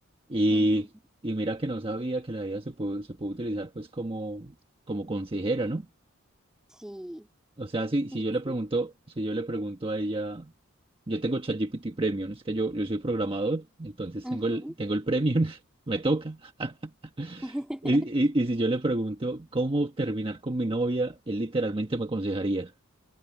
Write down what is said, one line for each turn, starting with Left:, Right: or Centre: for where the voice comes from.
Right: Y,
Centre: Ujú.
Right: y mira que no sabía que la IA se puede, se puede utilizar pues como, como consejera, ¿no?
Centre: Sí,
Right: O sea, si, si
Centre: sí,
Right: yo le pregunto,
Centre: sí.
Right: si yo le pregunto a ella, yo tengo ChatGPT Premium, es que yo, yo soy programador, entonces tengo
Centre: Ujú.
Right: el, tengo el Premium, <laughs> me toca. <laughs>
Centre: <laughs>
Right: Y, y, y si yo le pregunto cómo terminar con mi novia, él literalmente me aconsejaría.